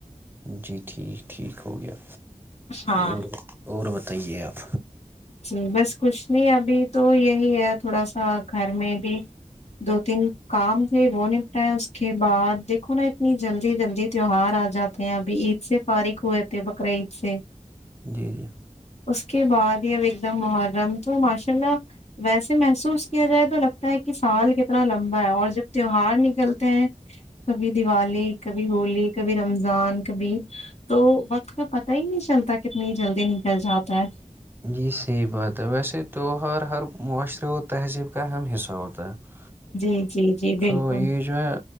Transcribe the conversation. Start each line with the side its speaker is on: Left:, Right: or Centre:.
Right: جی ٹھیک ٹھیک ہو گیا
Left: ہاں
Right: اور اور بت ت یہ ایپ
Left: جی بس کچھ نہیں ابھی تو یہی ہے تھوڑا سا گھر میں بھی دو تین کام تھے وہ نپٹائےائے اس کے بعد دیکھو نا اتنی جلدی جلدی تیوار آ جاتے ہیں ابھی عید سے فارغ ہوئے تھے بقر عید سے
Right: رہی جی جی
Left: اس کے بعد ایک دم محرم تو ماشاء اللہ ویسے محسوس کیا جائے تو لگتا ہے کہ سال کتنا لمبا ہے اور جب تیوہار نکلتے ہیں کبھی دیوالی کبھی ہولی کبھی رمضان کبھی تو وقت کا پت ہی نہیں چلتا کتنی جلدی نکل جاتا ہے
Right: یہی صحیح بات ہے ویسے تہوہار ہر معاشرے و تہذیب کا اہم حصہ ہوتا ہے
Left: جی جی جی بالکل
Right: تو یہ جو ہے